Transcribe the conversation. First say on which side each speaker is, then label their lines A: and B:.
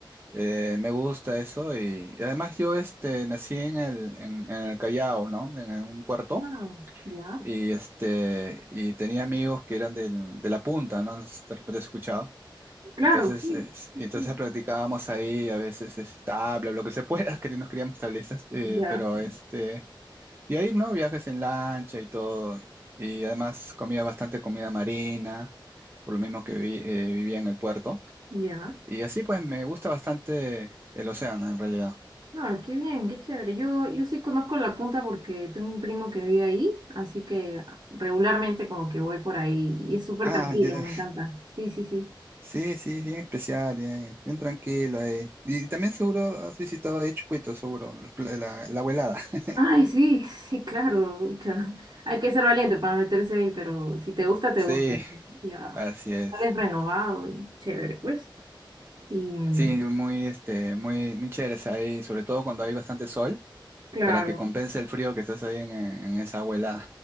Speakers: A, on the right; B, on the right.
A: Eh, me gusta eso y, y además yo este, nací en el, en, en el Callao, ¿no? En, en un puerto.
B: Ah, ya.
A: Y, este, y tenía amigos que eran del- de la punta, ¿no? No sé si De repente has escuchado.
B: Claro,
A: Entonces,
B: sí.
A: es-
B: sí,
A: entonces
B: sí.
A: practicábamos ahí a veces es, tabla, lo que se pueda, <laughs> que nos criamos tablizas, eh,
B: Ya.
A: pero este, y ahí, ¿no? Viajes en lancha y todo. Y además comía bastante comida marina, por lo mismo que vi- eh, vivía en el puerto.
B: Ya.
A: Y así pues me gusta bastante el océano en realidad.
B: Ah, qué bien, qué chévere. Yo, yo sí conozco La Punta porque tengo un primo que vive ahí, así que regularmente como que voy por ahí y es súper
A: Ah,
B: tranquilo,
A: ya.
B: me encanta. Sí, sí, sí.
A: Sí, sí, bien especial, bien, bien tranquilo. eh. Y también seguro has visitado ahí Chucuito, seguro, las pla- la, la, abuelada. <laughs>
B: Ay, sí, <laughs> sí, claro. cha. Hay que ser valiente para meterse ahí, pero si te gusta, te
A: Sí,
B: gusta. Ya.
A: así es.
B: Sales renovado y chévere, pues. Y mm,
A: Sí, muy, este, muy, muy chéveres ahí, sobre todo cuando hay bastante sol,
B: claro,
A: para que compense el frío que estás ahí en, en esa abuelada.